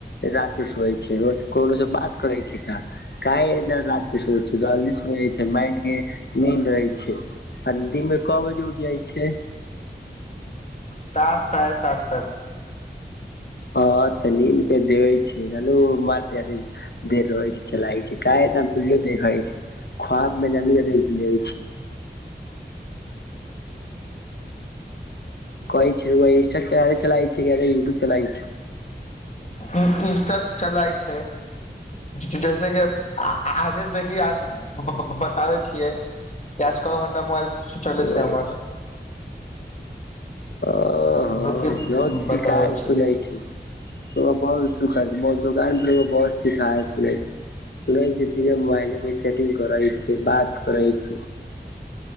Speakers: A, on the left (about 70°); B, on the left (about 40°).
A: रात के सोय छै रोज कोनोसँ बात करै छै का काहे इतना रात के सुतय छै जलदी सुत छै माइंडके नींद होइ छै आ दिन मे क बजे उठ जाइ छै
B: सात साढे सात तक
A: हँ तऽ नीम के देबे छै माल पे छै देर रहै छै चलाइ छै क एनाीडियो देखै छै ख्वाब मे जियै छै कहै छै इन्स् चे चलालइ छै यै इट्यूब चला छै
B: इनस्टा चलाय छै जैसेे आजे देखि आज बताबै छियै आज क घण्टा मोल चल
A: ओ
B: छै हमर
A: ओ ह
B: रुकि
A: जत शिकायत
B: बताबै छियै
A: सुनै छै बहुत सुखत दुकान पर बहुत सखा सुै छै सुनै छै द मोबाइले पे चैटिंग करै छै बात करै छै